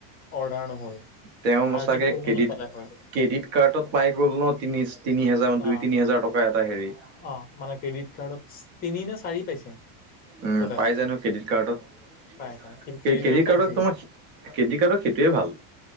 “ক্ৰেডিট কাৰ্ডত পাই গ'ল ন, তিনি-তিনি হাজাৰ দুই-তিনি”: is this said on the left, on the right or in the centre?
Right